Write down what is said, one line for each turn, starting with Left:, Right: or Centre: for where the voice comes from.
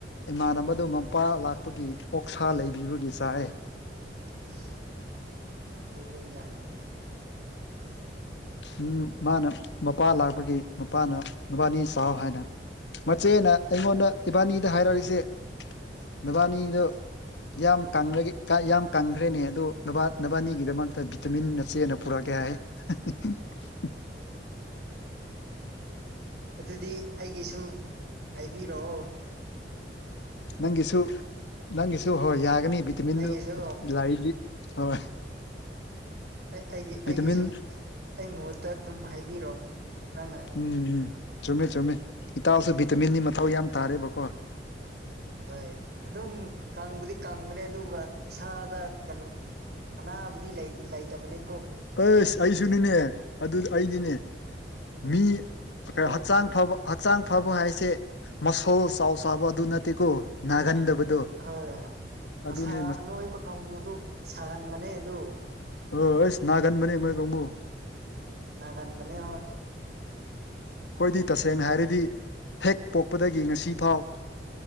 Left: ꯏꯃꯥꯟꯅꯕꯗꯣ ꯃꯄꯥ ꯂꯥꯛꯄꯒꯤ ꯑꯣꯛꯁꯥ ꯂꯩꯕꯤꯕꯒꯤ ꯆꯥꯏ
Right: ꯑꯩꯁ ꯑꯍꯧꯕ ꯑꯦꯟꯖꯥꯡꯅꯤꯅꯦ
Left: ꯎꯝ ꯃꯥꯅ ꯃꯄꯥ ꯂꯥꯛꯄꯒꯤ ꯃꯄꯥꯅ ꯅꯕꯥꯅꯤ ꯆꯥꯎ ꯍꯥꯏꯅ ꯃꯆꯦꯅ ꯑꯩꯉꯣꯟꯗ ꯏꯕꯥꯅꯤꯗ ꯍꯥꯏꯔꯛꯪꯖꯦ ꯅꯕꯥꯅꯤꯗꯨ ꯌꯥꯝ ꯀꯪꯔꯒꯦ ꯀꯥ ꯌꯥꯝ ꯀꯪꯈ꯭ꯔꯦꯅꯦ ꯑꯗꯣ ꯅꯕꯥ ꯅꯕꯥꯅꯤꯒꯤꯗꯃꯛꯇ ꯚꯤꯇꯃꯤꯟ ꯅꯆꯦꯅ ꯄꯨꯔꯛꯑꯒꯦ ꯍꯥꯏ <unintelligible>
Right: ꯑꯗꯨꯗꯤ ꯑꯩꯒꯤꯁꯨ ꯍꯥꯏꯕꯤꯔꯛꯑꯣ
Left: ꯅꯪꯒꯤꯁꯨ ꯅꯪꯒꯤꯁꯨ ꯍꯣꯏ ꯌꯥꯒꯅꯤ ꯚꯤꯠ ꯕꯤꯇꯃꯤꯟꯗꯨ
Right: ꯑꯩꯒꯤꯁꯨ
Left: ꯂꯥꯔꯤꯗꯤ ꯍꯣꯏ
Right: ꯑꯩ ꯑꯩꯒꯤ
Left: ꯚꯤꯇꯃꯤꯟ
Right: ꯑꯩꯒꯤꯁꯨ ꯑꯩ ꯃꯍꯨꯠꯇ ꯑꯗꯨꯝ ꯍꯥꯏꯕꯤꯔꯣ ꯅꯪꯅ
Left: ꯎꯝ ꯎꯝ ꯆꯨꯝꯃꯦ ꯆꯨꯝꯃꯦ ꯏꯇꯥꯎꯁꯨ ꯚꯤꯇꯃꯤꯟꯗꯤ ꯃꯊꯧ ꯌꯥꯝ ꯇꯥꯔꯦꯕꯀꯣ
Right: ꯍꯣꯏ ꯑꯗꯨꯝ ꯀꯪꯕꯗꯤ ꯀꯪꯕꯅꯦ ꯑꯗꯨꯒ ꯏꯁꯥꯗ ꯀꯅꯣ ꯑꯅꯥꯕꯗꯤ ꯂꯩꯇꯤ ꯂꯩꯇꯕꯅꯦ
Left: ꯑꯩꯁ ꯑꯩꯁꯨꯅꯤꯅꯦ ꯑꯗꯨ ꯑꯩꯅꯤꯅꯦ ꯃꯤ
Right: ꯑꯗꯨ
Left: ꯀ ꯍꯛꯆꯥꯡ ꯐꯕ ꯍꯛꯆꯥꯡ ꯐꯕ ꯍꯥꯏꯁꯦ ꯃꯁꯜ ꯆꯥꯎ ꯆꯥꯕ ꯑꯗꯨ ꯅꯠꯇꯦꯀꯣ ꯅꯥꯒꯟꯗꯕꯗꯣ
Right: ꯍꯣꯏ
Left: ꯑꯗꯨꯅꯦ
Right: ꯃꯁꯥ ꯑꯅꯣꯏꯕ ꯀꯥꯡꯕꯨꯗꯨ ꯁꯥꯒꯟꯕꯅꯦ ꯑꯗꯨ
Left: ꯑꯣ ꯑꯩꯁ ꯅꯥꯒꯟꯕꯅꯦ ꯃꯣꯏ ꯀꯥꯡꯕꯨ
Right: ꯅꯥꯒꯟꯕꯅꯦ ꯍꯣꯏ
Left: ꯈꯣꯏꯗꯤ ꯇꯁꯦꯡꯅ ꯍꯥꯏꯔꯗꯤ ꯍꯦꯛ ꯄꯣꯛꯄꯗꯒꯤ ꯉꯁꯤ ꯐꯥꯎ